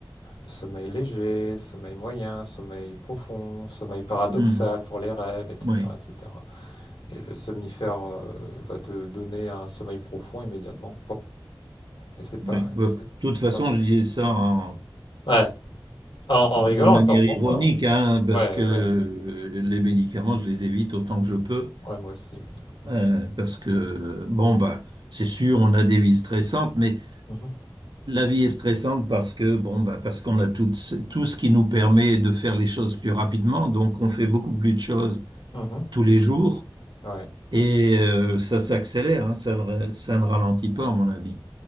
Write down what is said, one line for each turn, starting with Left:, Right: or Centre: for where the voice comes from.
Left: Sommeil léger, sommeil moyen, sommeil profond, sommeil paradoxal
Right: Mhm.
Left: pour les rêves, etc.
Right: Oui.
Left: etc. Et cetera. Et le somnifère euh, va te donner un sommeil profond immédiatement. Et c'est pas,
Right: Oui. Bon,
Left: c'est
Right: De toute
Left: c'est
Right: façon,
Left: pas bon.
Right: je disais ça en-
Left: Ouais. En, en
Right: d'une
Left: rigolant,
Right: manière
Left: t'en prends
Right: ironique,
Left: pas.
Right: hein, parce
Left: Ouais,
Right: que euh,
Left: ouais,
Right: les médicaments, je les évite autant que je peux,
Left: Ouais, moi aussi. oui.
Right: euh,
Left: Mm.
Right: parce que, bon, bah, c'est sûr, on a des vies stressantes, mais
Left: Mhm.
Right: la vie est stressante parce que, bon, bah, parce qu'on a tout, ce- tout ce qui nous permet de faire les choses plus rapidement, donc on fait beaucoup plus de choses
Left: Mhm.
Right: tous les jours,
Left: Ouais.
Right: et euh, ça s'accélère, hein, ça ne, ra- ça ne ralentit pas, à mon avis.